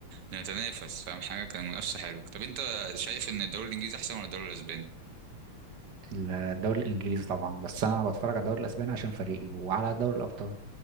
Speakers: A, on the right; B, on the right.
A: بنتنافس فاهم حاجه كان منافسه حلوه طب انت شايف ان الدوري الانجليزي احسن ولا الدوري الاسباني
B: الدوري الانجليزي طبعا بس انا بتفرج على الدوري الاسباني عشان فريقي وعلى دوري الابطال